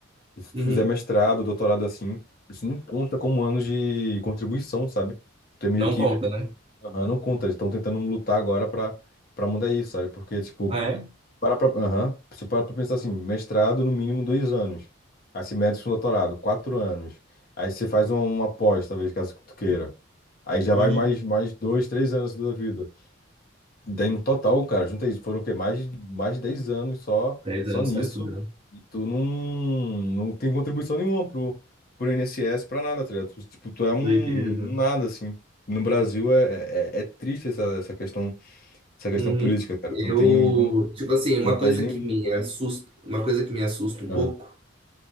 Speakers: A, on the left; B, on the right.
A: e se tu
B: Uhum.
A: fizer mestrado, doutorado assim, isso não conta como anos de contribuição, sabe? Tu é meio
B: Não
A: que
B: conta, né?
A: Aham, não conta, eles estão tentando lutar agora pra, pra mudar isso, sabe? Porque, tipo,
B: Ah, é?
A: para pra, aham, você para pra pensar assim, mestrado no mínimo dois anos, aí você mete com doutorado, quatro anos, aí você faz uma, uma pós, talvez, caso tu queira, aí já
B: Uhum.
A: vai mais, mais dois, três anos da tua vida. Daí no total, cara, junta aí, foram o quê? Mais, de- mais de 10 anos só,
B: 10
A: só
B: anos
A: nisso.
B: só estudando.
A: E tu não, não tem contribuição nenhuma pro, pro INSS, pra nada, tá ligado? Tu, tipo, tu é um,
B: Doideira,
A: um
B: né?
A: nada, assim. No Brasil é, é, é triste essa, essa questão, essa
B: Uhum.
A: questão política, cara.
B: Eu,
A: Tu não tem van-
B: tipo assim, uma
A: vantagem
B: coisa que
A: nenhuma.
B: me assusta, uma coisa que me assusta um
A: Ah,
B: pouco